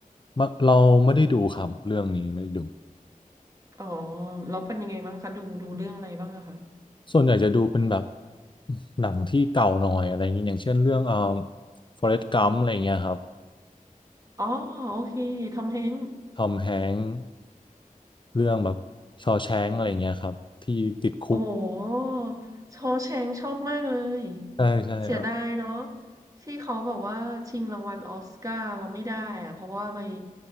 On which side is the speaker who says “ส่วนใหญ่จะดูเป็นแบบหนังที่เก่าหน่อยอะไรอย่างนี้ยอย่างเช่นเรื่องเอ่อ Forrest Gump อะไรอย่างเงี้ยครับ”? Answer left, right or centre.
Left